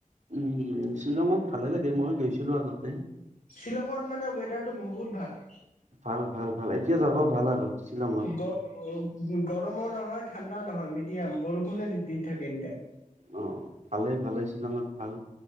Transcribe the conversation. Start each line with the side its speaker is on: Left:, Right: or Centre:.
Right: উম' উম' শ্বিলঙত ভালে লাগে, মই গৈছিলো আগতে।
Left: শ্বিলঙত মানে ৱেডাৰটো বহুত ভাল।
Right: ভাল ভাল ভাল, এতিয়া যাব ভাল আৰু। শ্বিলঙত
Left: গৰমো নহয় ঠাণ্ডাও নহয় মিডিয়াম বৰষুণে দি থাকে একদম।
Right: অ ভালে ভালে শ্বিলঙত ভাল,